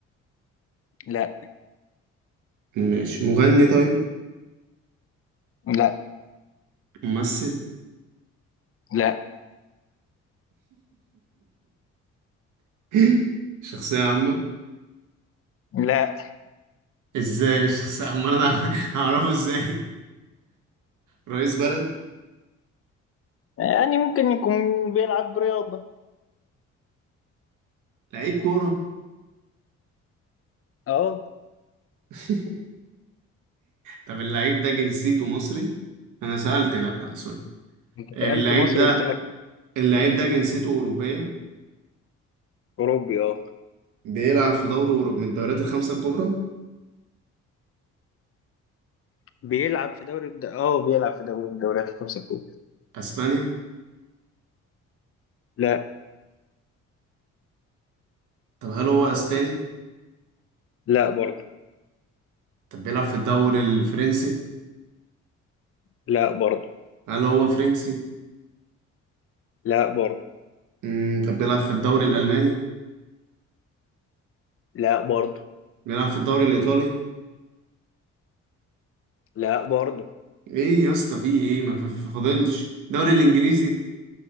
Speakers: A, on the left; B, on the right.
A: لا
B: ماشي مغني طيب
A: لا
B: ممثل
A: لا
B: <laughs> شخصية عامة
A: لا
B: ازاي مش شخصية عامة انا هعرفه ازاي رئيس بلد
A: يعني ممكن يكون بيلعب رياضة
B: لعيب كورة
A: أه
B: <laughs> طب اللعيب ده جنسيته مصري انا سألت لا لا سوري
A: أنت سألت
B: آه، اللعيب
A: مصري
B: ده
A: قلت لك
B: اللعيب ده جنسيته أوروبية
A: أوروبي أه
B: بيلعب في دوري أوروبي من الدوريات الخمسة الكبرى
A: بيلعب في دوري الد... أه بيلعب في دوري من الدوريات الخمسة الكبرى
B: أسبانيا
A: لا
B: طب هل هو أسباني؟
A: لا برضه
B: طب بيلعب في الدوري الفرنسي؟
A: لا برضه
B: هل هو فرنسي؟
A: لا برضه
B: مم. طب بيلعب في الدوري الألماني؟
A: لا برضه
B: بيلعب في الدوري الإيطالي؟
A: لا برضه
B: إيه يا اسطى في إيه؟ ما ف- ف- فاضلش الدوري الإنجليزي؟